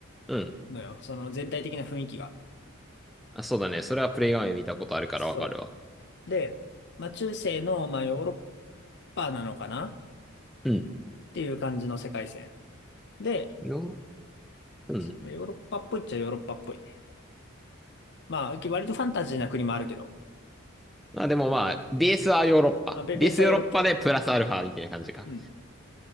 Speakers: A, in the centre; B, on the left (about 55°).
A: うん。
B: のよ。その全体的な雰囲気が。
A: あ、そうだね。それはプレイ画面見たことあるからわかるわ。
B: そう。で、まあ中世の、まあヨーロッパなのかなっ
A: うん。
B: ていう感じの世界線。で、
A: ヨーロッうん。
B: まあ、ヨーロッパっぽいっちゃヨーロッパっぽいね。まあ割とファンタジーな国もあるけど、
A: まあでもまあ、
B: 結構、
A: ベースはヨーロッパ。
B: まあベ、
A: ベースヨーロッパでプラスアルファみたいな感じか。
B: ベースはヨーロッパ。うん。